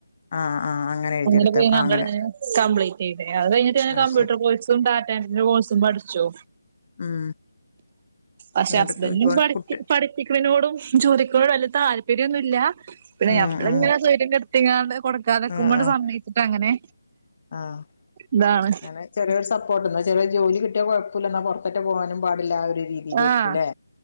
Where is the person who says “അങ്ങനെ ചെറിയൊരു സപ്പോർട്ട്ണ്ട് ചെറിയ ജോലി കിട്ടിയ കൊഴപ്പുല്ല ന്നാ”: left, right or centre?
Left